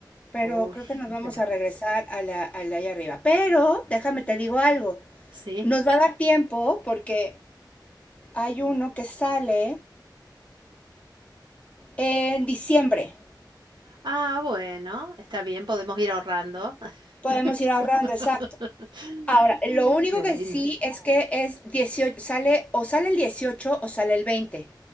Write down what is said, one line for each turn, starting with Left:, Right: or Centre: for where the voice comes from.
Left: Pero
Right: Uy,
Left: creo que nos vamos
Right: pero
Left: a regresar a la, al de allá arriba. Pero déjame te digo algo.
Right: sí.
Left: Nos va a dar tiempo porque Hay uno que sale en diciembre.
Right: Ah, bueno, está bien, podemos ir ahorrando.
Left: Podemos ir
Right: <laughs>
Left: ahorrando, exacto. Ahora, lo único
Right: Qué
Left: que
Right: lindo.
Left: sí es que es 18, sale o sale el 18 o sale el 20